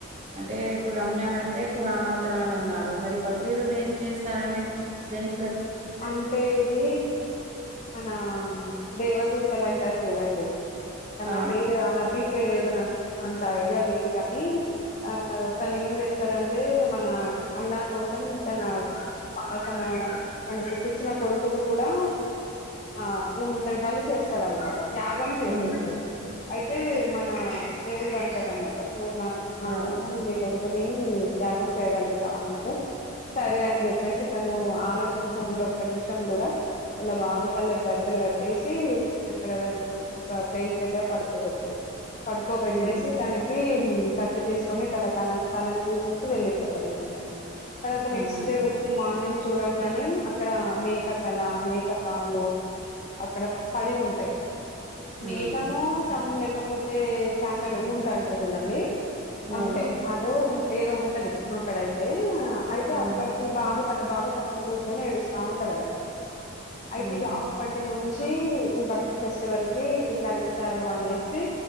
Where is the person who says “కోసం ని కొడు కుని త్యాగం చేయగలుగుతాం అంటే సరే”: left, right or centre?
Left